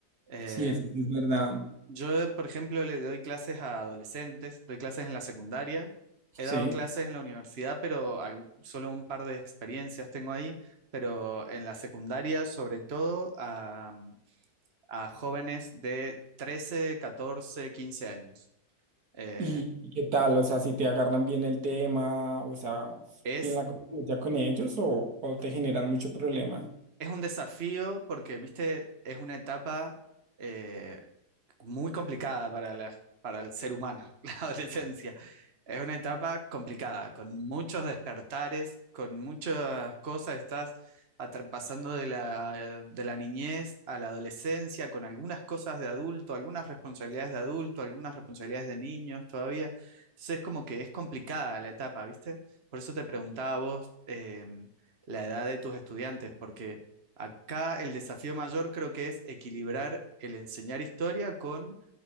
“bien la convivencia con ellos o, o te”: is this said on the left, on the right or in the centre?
Right